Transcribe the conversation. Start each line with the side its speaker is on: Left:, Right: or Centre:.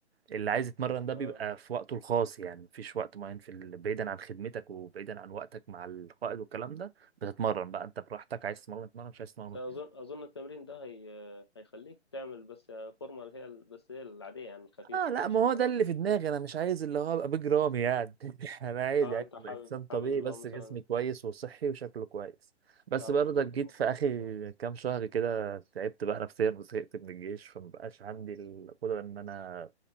Right: اللي عايز يتمرن ده بيبقى
Left: آه.
Right: في وقته الخاص يعني مفيش وقت معين في ال... بعيدا عن خدمتك وبعيدا عن وقتك مع القائد والكلام ده بتتمرن بقى انت براحتك عايز تتمرن تتمرن مش عايز تتمرن
Left: أظن أظن التمرين ده هي... هيخليك تعمل بس فورمة اللي هي بس هي العادية يعني الخفيفة
Right: اه لا
Left: مش
Right: ما هو
Left: عضلات
Right: ده اللي
Left: وكده
Right: في دماغي انا مش عايز اللي هو ابقى بيج رامي يعني <laughs> انا عايز
Left: اه
Right: يعني
Left: انت حابب
Right: أبقى انسان طبيعي
Left: حابب اللي
Right: بس
Left: هو مثلا
Right: جسمي كويس وصحي وشكله كويس بس
Left: اه
Right: برضك
Left: والهدوم
Right: جيت
Left: تكون
Right: في
Left: كويسة
Right: اخر
Left: وكده
Right: كام شهر كده تعبت بقى نفسيا وزهقت من الجيش فمبقاش عندي القدرة ان انا